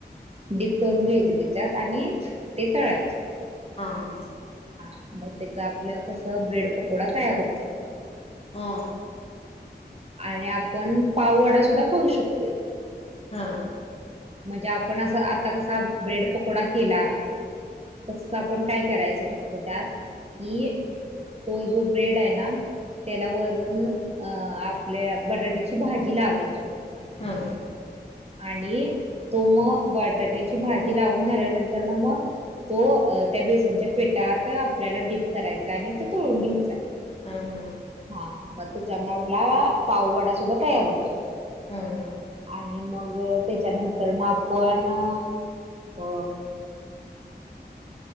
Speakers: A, on the right; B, on the left.
A: डीप करून घ्यायचे, त्याच्यात. आणि ते तळायचे.
B: हा, हा.
A: हा मग त्याच आपलं कस, ब्रेड पकोडा तयार होत.
B: हां
A: आणि आपण, पाववडा सुद्धा करू शकतोय.
B: हा.
A: म्हणजे आपण असा, आता कसा ब्रेड पकोडा केला. तसा. पण काय करायचं फक्त त्यात. कि, तो जो ब्रेडाय ना त्याला वरून, अ आपल्या बटाट्याची भाजी लावायची.
B: हा.
A: आणि तो म बटाट्याची भाजी, लावून झाल्यानंतरन मग तो. त्या बेसनच्या पेटात, आपल्याला डीप करायचा. आणि तो तळून घ्यायचाय.
B: हा, हा.
A: हा मग त्याच्यामुळे आपला, पाव वडा सुद्धा तयार होतोय.
B: ह, ह.
A: आणि मग त्याच्यानंतरन आपण, अ